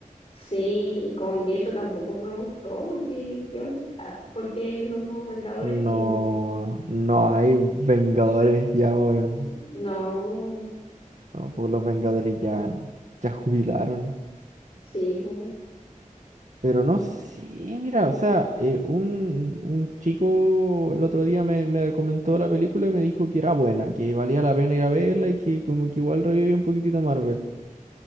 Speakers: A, on the left; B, on the right.
A: Sí, y como que eso tampoco me gustó, porque, ¿qué onda? Ah, Porque los nuevos Vengadores
B: No,
A: y
B: no hay Vengadores ya, weón.
A: no,
B: No, pues los Vengadores ya, ya jubilaron.
A: sí, pues,
B: Pero no sé, mira, o sea, eh, un, un chico el otro día me, me comentó la película y me dijo que era buena, que valía la pena ir a verla y que como que igual revivía un poquitito Marvel.